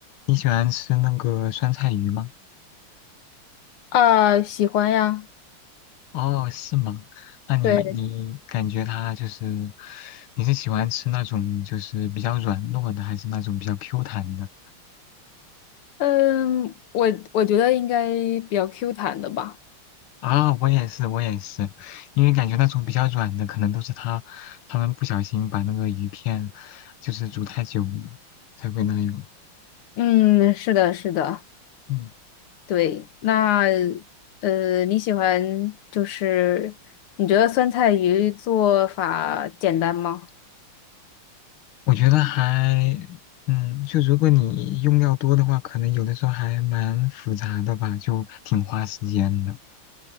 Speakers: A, on the left; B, on the left.
A: 你喜欢吃那个酸菜鱼吗？
B: 啊，喜欢呀，
A: 哦，是吗？那你你感觉它就是，
B: 对，
A: 你是喜欢吃那种就是比较软糯的，还是那种比较 Q 弹的？
B: 嗯，我我觉得应该比较 Q 弹的吧。
A: 啊，我也是，我也是，因为感觉那种比较软的，可能都是它他们不小心把那个鱼片就是煮太久了才会那样。
B: 嗯，是的，是的，
A: 嗯，
B: 对。那呃，你喜欢就是你觉得酸菜鱼做法简单吗？
A: 我觉得还，嗯，就如果你用料多的话，可能有的时候还蛮复杂的吧，就挺花时间的。